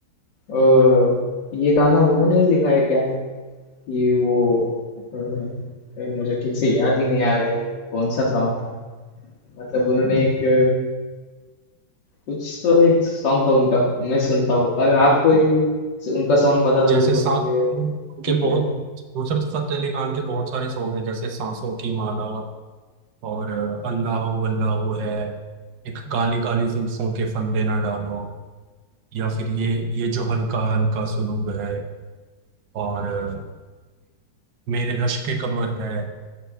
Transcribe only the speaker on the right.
जैसे
सा
उन-
उनके बहुत
नुसरत फतेह अली खान के बहुत सारे सॉन्ग हैं जैसे सांसों की माला और अ, अल्लाह हो अल्लाह हो है एक काली काली जुल्फों के फंदे ना डालो या फिर ये ये जो हल्का हल्का सुरूर है और अ, मेरे रश के कमर है